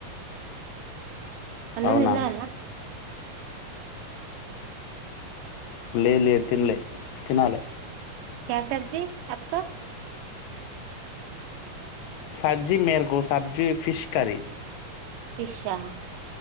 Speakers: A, on the right; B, on the left.
A: అన్నం
B: అవునా
A: తిన్నారా
B: లే లే తిన్లే తినాలే
A: క్యా సబ్జీ అప్కో
B: సబ్జీ మెర్కు సబ్జీ ఫిష్ కర్రీ
A: ఫిష్ ఆ